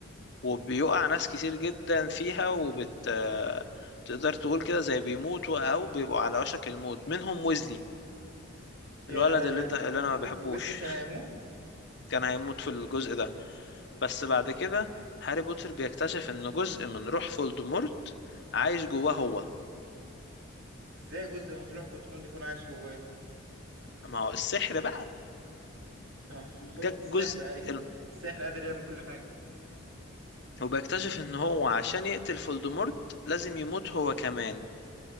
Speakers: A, on the left; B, on the right.
A: وبيقع ناس كتير جدا فيها وبت آه، تقدر تقول كده زي بيموتوا او بيبقوا على وشك الموت منهم ويزلي
B: يا
A: الولد اللي
B: يعني
A: انت اللي
B: وز-
A: انا ما
B: وز-
A: بحبوش
B: وزلي كان هيموت
A: كان هيموت في الجزء ده بس بعد كده هاري بوتر بيكتشف ان جزء من روح فولدمورت عايش جواه هو
B: ازاي جزء من روح فوتوموند يكون عايش جواه
A: ما هو السحر بقى
B: آه حرفيا
A: ده الجزء
B: السحر ايوه
A: ال-
B: السحر قادر يعمل كل حاجة
A: وبيكتشف ان هو عشان يقتل فولدمورت لازم يموت هو كمان